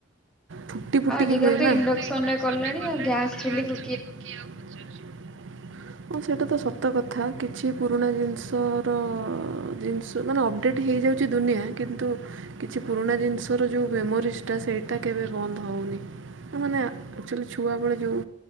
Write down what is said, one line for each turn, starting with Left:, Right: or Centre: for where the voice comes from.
Right: ଫୁଟି ଫୁଟି
Centre: ଆଜିକାଲି
Right: କି ହୁଏନା
Centre: ତ ଇଣ୍ଡକ୍ସନ
Right: ଇଣ୍ଡାକ୍ସନରେ
Centre: ରେ
Right: କଲେଣି
Centre: ଆଉ ଗ୍ୟାସ ଚୁଲିକୁ
Right: ଗ୍ୟାସ୍ ଚୁଲା କୁ ଆଉ କିଏ ପଚାରୁଛି? ହଁ ସେଟା ତ ସତ କଥା କିଛି ପୁରୁଣା ଜିନିଷ ର ଜିନିଷ ମାନେ ଅପଡ଼େଟ୍ ହେଇଯାଉଛି ଦୁନିଆଁ କିନ୍ତୁ କିଛି ପୁରୁଣା ଜିନିଷର ଯେଉଁ ମେମୋରିସ୍? ଟା ସେଇଟା କେବେ ବନ୍ଦ ହଉନି? ମାନେ ଆକ୍ଚୁଆଲି ଛୁଆଁବେଳେ ଯେଉଁ